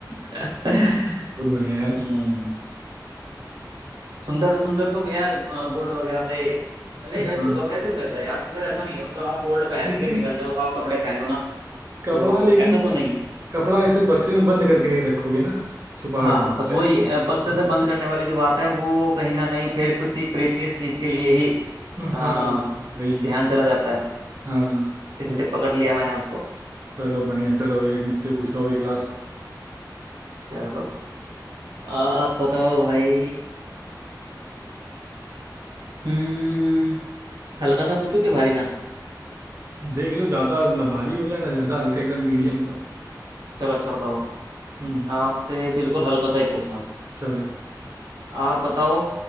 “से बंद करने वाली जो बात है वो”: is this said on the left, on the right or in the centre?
Right